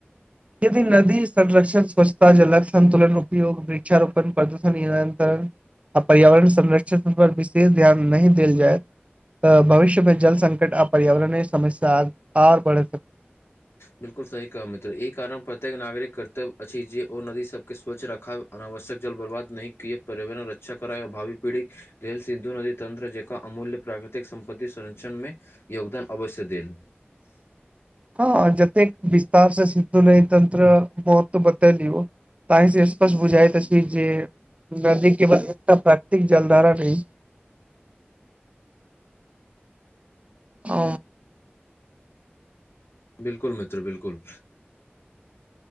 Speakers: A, on the right; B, on the left.
A: यदि नदी संरक्षण, स्वच्छता, जलक सन्तुलन उपयोग, वृक्षारोपण, प्रदूषण नियंत्रण आ पर्यावरण संरक्षण सब पर विशेष ध्यान नहि देल जाय- त भविष्य मे जल संकट आ पर्यावरणय समस्या आर बढ़ै
B: बिलकुल सही कहम मित्र ई कारण प्रत्येक नागरिक कर्तव्य अछि जे ओ नदी सभके स्वच्छ रखाव अनावश्यक जल बर्बाद नहि कए पर्यावरण रक्षा कराए आओ भावी पीढ़ी लेल सिन्धु नदी तंत्र जेकां अमूल्य प्राकृतिक संपत्ति संरक्षणमे योगदान अवश्य देल।
A: हँ जतेक विस्तार से सिधु नदी तंत्र महत्व बतेलियौ ताहि से स्पष्ट बुझाइत अछि जे नदी केबल एकटा प्राकृतिक जलधारा नही
B: <inaudible>
A: ओ
B: बिलकुल मित्र बिलकुल